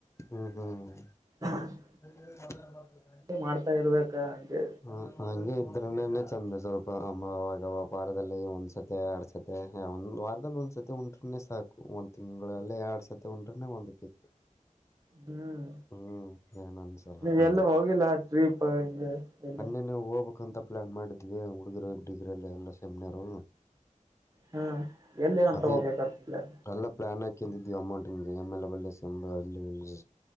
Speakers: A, on the left; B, on the right.
A: ಹ್ಮ ಹ್ಮ
B: ಹಾ <unintelligible>
A: ಹೌದ <inaudible>
B: ಮಾಡ್ತಾ ಇರ್ಬೇಕಾ ಹಂಗೆ
A: ಹ ಹಂಗೆ ಇದ್ರೇನೆ ಚಂದ ಸ್ವಲ್ಪ ಅ ಅವಾಗ ಅವ ವಾರದಲ್ಲಿ ಒಂದ್ಸತಿ ಎರಡ್ ಸತಿ ಮ ಒಂದ್ ವಾರದಲ್ಲಿ ಒಂದ್ಸತಿ ಉಂಟ್ರೆನೆ ಸಾಕು ಒಂದ್ ತಿಂಗಳಗಳಲ್ಲಿ ಎರಡ್ ಸತಿ ಉಂಡ್ರನೆ ಒಂದ್ ಕಿಕ್
B: ಹ್ಮ್
A: ಹ್ಮ್ ಏನ್ ಅನ್ಸಲ್ಲ
B: ನೀವೆ
A: ಅಂದ್ರೆ
B: ಎಲ್ಲ ಹೋಗಿಲ್ಲ ಟ್ರಿಪ್ ಹಿಂಗೆ ಎಲ್ಲ
A: ಇನ್ನ ಹೋಗ್ಬೇಕು ಕ್ಕಂತ ಪ್ಲ್ಾನ್ ಮಾಡಿದ್ದೀವಿ ಹುಡುಗರು ಡಿಗ್ರಿಯಲ್ಲಿ ಎಲ್ಲ ಸೇಮ್ನರು
B: ಹಾ ಎಲ್ಲಿ ಅಂತ
A: ಅದೇ
B: ಹೋಗ್ಬೇಕಂತ
A: ಎಲ್ಲ ಪ್ಲಾನ್ ಹಾಕೊಂಡಿದೀವಿ ಅಮೌಂಟ್ಿಗೆ ಎಮೆಲ್ಲ ಬಳ್ಳಕ ಅಲ್ಲಿ ಇಲ್ಲಿ